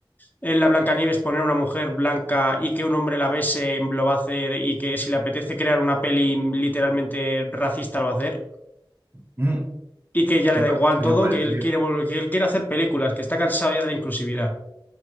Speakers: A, on the left; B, on the right.
A: en la Blancanieves poner una mujer blanca y que un hombre la bese, lo va a hacer. Y que si le apetece crear una peli mm, literalmente racista, lo va a hacer.
B: Mm,
A: y que ya le
B: La
A: da
B: verdad
A: igual
B: es que
A: todo,
B: me parece,
A: que él quiere volver, que él quiere hacer películas, que está cansado ya de la inclusividad.